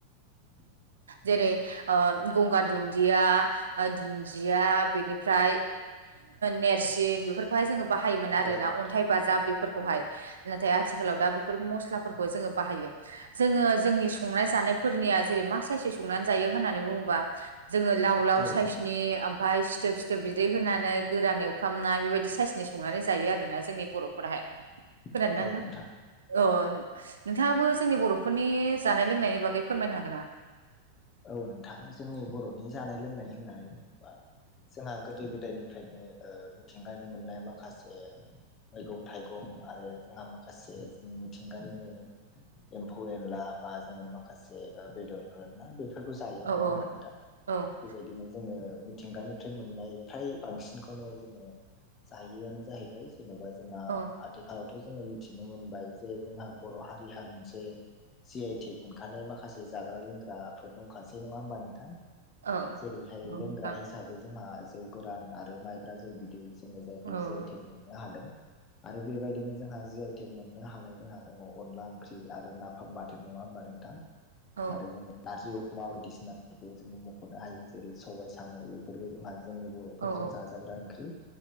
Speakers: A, on the left; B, on the right.
A: <unintelligible>
B: जेरै ओ गंगार दुन्दिया, दुन्दिया बेनिफ्राय नेरसिं बेफोरखौहाय जोङो बाहायोमोन आरोना
A: औ नोंथां
B: अन्थाइ बाजाब बेफोरखौहाय
A: औ
B: नाथाय आथिखालाव दा बेफोर मस्लाफोरखौ जोङो बाहायो। जोङो जोंनि संनाय जानायफोरनिया जेरै मा साइसै संनानै जायो होननानै बुङोबा जोङो लाव लाव
A: औ
B: साइसनि
A: नोंथां
B: ओम बाहाय सिथोब सिथोब बिदै होनानै गोरान एवफ्रामनाय बेबायदि साइसनि संनानै जायो आरोना जोंनि बर'फोराहाय।
A: <inaudible>
B: फोरानना ना?
A: नोंथां
B: अ नोंथाङाबो जोंनि बर' फोरनि जानाय लोंनायनि बागै फोरमायनो हागोन ना?
A: औ नोंथां। जोंनि बर'नि जानाय लोंनाय होननानै बुङोबा जोंहा गोदो गोदायनिफ्रायनो ओ मिथिंगानि मोननाय माखासे मैगं थाइगं आरो जोंहा माखासे जोंनि मिथिंगानिनो एम्फौ-एनला बा जोङो माखासे बेदरफोर ना बे बेफोरखौ जायो
B: औ
A: नङा हबा नोंथां
B: औ
A: बेबायदिनो जोङ मिथिंगानिफ्राय मोननाय फ्राय बांसिनखौनो जोङो जैआनो जाहैबाय जेन'बा जोंहा
B: औ
A: आथिखालावथ' जोङो मिथिनो मोनबाय जे जोंहा बर' हारिहा मोनसे जि आइ टेक मोनखानाय माखासे जाग्रा लोंग्राफोर दंखासै नङा होमबा नोंथां?
B: औ
A: जेरैहाय लोंग्रा
B: नोंथां
A: हिसाबै हिसाबै जोंहा जौ गोरान आरो माइब्रा जौ बिदै जोङो जायखौ
B: औ औ
A: जि आइ टेक मोननो हादों। आरो बेबायदिनो जोंहा जि आइ टेक मोननो हानाय जोंहा दङ अनला ओंख्रि आरो नाफाम बाथोन नङा होमबा नोंथां?
B: औ
A: आरो जोङो नारजि अमा बायदिसिनाफोरखौ जोङो मख'नो हायो जेरै सबाय साम' बेफोरबो जोंहा जोंनि बर'
B: औ
A: जाजाग्रा ओंख्रि